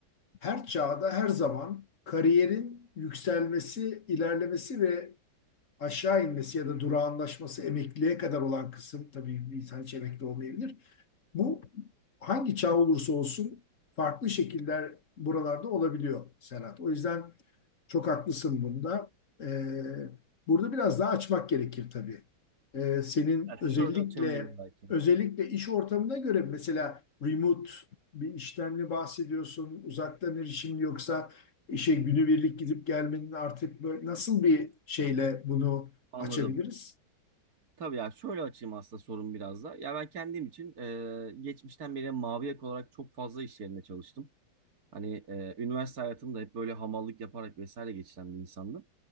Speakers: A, on the left (about 45°); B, on the right (about 45°).
A: her çağda, her zaman kariyerin yükselmesi, ilerlemesi ve aşağı inmesi ya da durağanlaşması emekliye kadar olan kısım, tabii bir insan hiç emekli olmayabilir. Bu hangi çağ olursa olsun farklı şekiller buralarda olabiliyor Serhat. O yüzden çok haklısın bunda. Ee, burada biraz daha açmak gerekir tabii. Ee, senin
B: Ya
A: özellikle
B: şöyle açabilirim belki.
A: özellikle iş ortamına göre mesela remote bir işten mi bahsediyorsun? Uzaktan erişim mi yoksa işe günübirlik gidip gelmenin artık böyle nasıl bir şeyle bunu
B: Anladım.
A: açabiliriz?
B: Tabii ya şöyle açayım aslında sorun biraz da. Ya ben kendim için e, geçmişten beri mavi yaka olarak çok fazla iş yerinde çalıştım. Hani e, üniversite hayatımda hep böyle hamallık yaparak vesaire geçiren bir insandım.